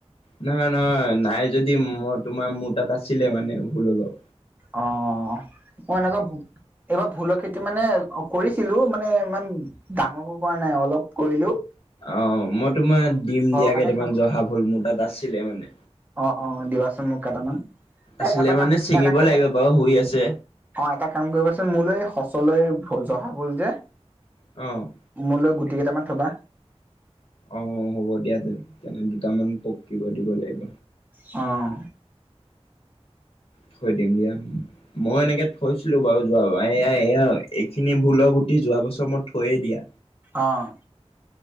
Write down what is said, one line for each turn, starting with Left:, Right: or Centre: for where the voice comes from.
Left: নহয় নহয় নাই যদি মই তোমাৰ মোৰ তাত আছিলে মানে ভুল অলপ।
Right: অ' মই এনেকুৱা এইবাৰ ভোলৰ খেতি মানে কৰিছিলোঁ, মানে ইমান ডাঙৰকে কৰা নাই অলপ কৰিলোঁ।
Left: অ' মই তোমাক দিম দিয়া,
Right: কাৰণে
Left: কেইটামান
Right: খাব
Left: জহা ভুল মোৰ তাত আছিলে মানে।
Right: অ', অ' দিবাচোন মোক কেইটামান। এ
Left: আছিলে
Right: এটা কাম
Left: মানে ছিঙিব
Right: এটা কাম
Left: লাগিব বাৰু হৈ আছে।
Right: অ' এটা কাম কৰিবচোন মোলৈ সঁচলৈ জহা ভূল যে
Left: অ'।
Right: মোলৈ গুটি কেইটামান থ'বা।
Left: অ' হ'ব দিয়া, তেনে দুটামান পকিব দিব লাগিব।
Right: অ'।
Left: থৈ দিম দিয়া। মই এনেকে থৈছিলো বাৰু। যোৱা এ, এইখিনি ভুলৰ গুটি যোৱা বছৰ মই থৈয়ে দিয়া।
Right: অ'।